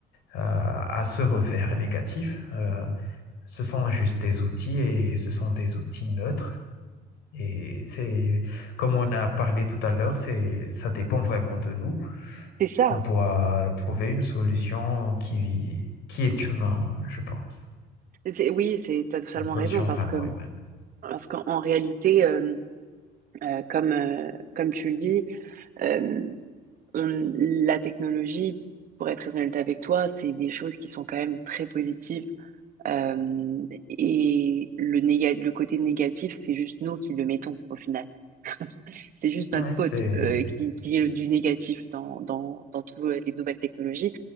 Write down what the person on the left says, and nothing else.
a, a ce revers négatif. euh, ce sont juste des outils et ce sont des outils neutres. Et c'est, comme on a parlé tout à l'heure, c'est, ça dépend vraiment de nous.
On doit trouver une solution qui, qui est humaine, je pense.
Une solution
vraiment
humaine.
Ouais,
c'est,